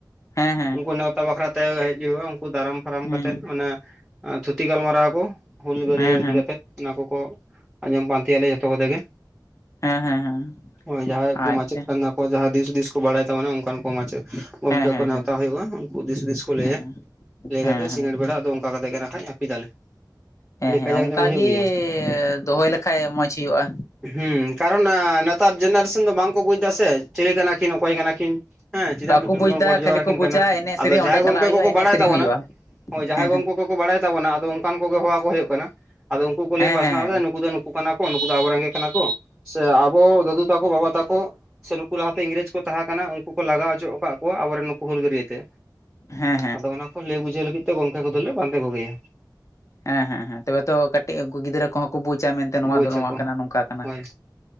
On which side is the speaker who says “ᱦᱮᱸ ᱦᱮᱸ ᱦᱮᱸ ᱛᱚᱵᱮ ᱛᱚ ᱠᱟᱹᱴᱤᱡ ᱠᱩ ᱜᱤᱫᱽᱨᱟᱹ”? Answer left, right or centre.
Left